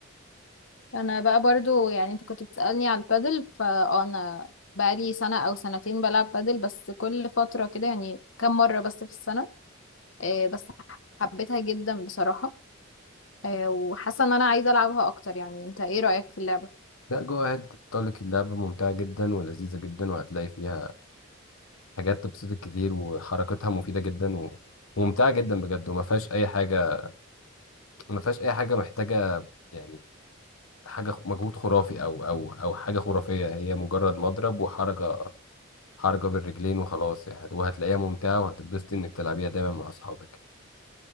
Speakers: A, on the left; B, on the left.
A: انا بقى برضو يعني انت كنت بتسألني على البادل فانا بقى لي سنة او سنتين بلعب بادل بس كل فترة كده يعني كم مرة بس في السنة آه، بس حبيتها جدا بصراحة آه، وحاسة ان انا عايزة العبها اكتر يعني انت ايه رأيك في اللعبة
B: لا جو اهيد تطلق اللعبة ممتعة جدا ولذيذة جدا وهتلاقي فيها حاجات تبسطك كتير وحركتها مفيدة جدا و- وممتعة جدا بجد وما فيهاش اي حاجة ما فيهاش اي حاجة محتاجة يعني حاجة خ- مجهود خرافي او او او حاجة خرافية هي مجرد مضرب وحركة حركة بالرجلين وخلاص يعني وهتلاقيها ممتعة وهتتبسطي إنك تلعبيها دايما مع أصحابك